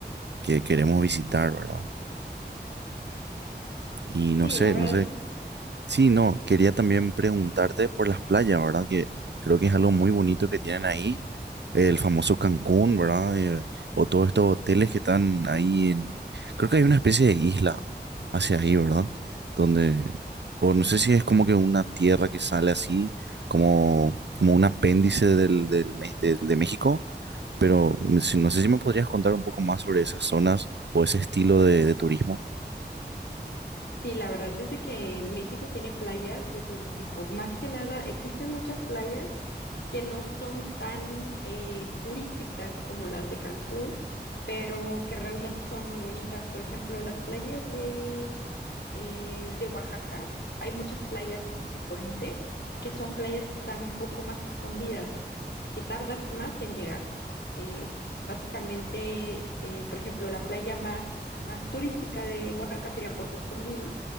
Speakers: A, on the right; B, on the left.
A: que queremos visitar, ¿verdad? Y
B: Sí,
A: no sé,
B: la verdad
A: no sé
B: es
A: Sí, no, quería también preguntarte por las playas, ¿verdad? Que creo que es algo muy bonito que tienen ahí, el famoso Cancún, ¿verdad? Eh, o todos estos hoteles que están ahí en... Creo que hay una especie de isla hacia ahí, ¿verdad? Donde... O no sé si es como que una tierra que sale así, como, como un apéndice del, del, Me- del- de México, pero me- si- no sé si me podrías contar un poco más sobre esas zonas o ese estilo de de turismo.
B: Sí, la verdad, desde que México tiene playas de todo tipo. Más que nada, existen muchas playas que no son tan eh, turísticas como las de Cancún, pero que realmente son muy bonitas. Por ejemplo, las playas de eh, de Oaxaca, hay muchas playas como Zipolite, que son playas que están un poco más escondidas, que tardas más en llegar. Eh, básicamente, eh, por ejemplo, la playa más, más turística de Oaxaca sería Puerto Escondido,